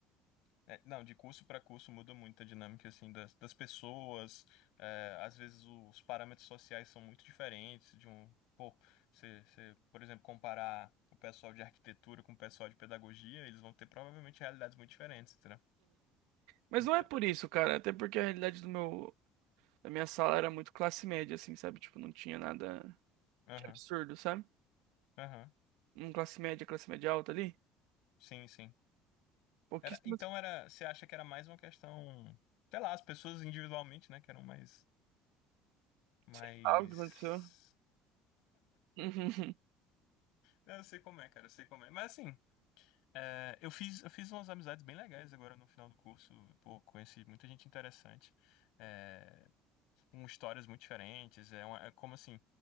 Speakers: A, on the left (about 65°); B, on the right (about 80°).
A: É, não, de curso para curso muda muito a dinâmica assim das, das pessoas. é, às vezes os parâmetros sociais são muito diferentes de um, pô, você, você, por exemplo, comparar o pessoal de arquitetura com o pessoal de pedagogia, eles vão ter provavelmente realidades muito diferentes, entendeu?
B: Mas
A: Então,
B: não é por isso, cara. Até porque a realidade do meu, da minha sala era muito classe média, assim, sabe? Tipo, não tinha nada
A: aham,
B: de absurdo, sabe?
A: aham,
B: Um classe média, classe média alta ali.
A: sim, sim.
B: Pouquíssimas.
A: Era, então era, você acha que era mais uma questão, sei lá, as pessoas individualmente, né, que eram mais, mais
B: Sei lá o que aconteceu. <laughs>
A: Eu sei como é, cara, eu sei como é. Mas assim, É, eu fiz, eu fiz umas amizades bem legais agora no final do curso. Pô, conheci muita gente interessante. É, com histórias muito diferentes. É, uma- é como assim,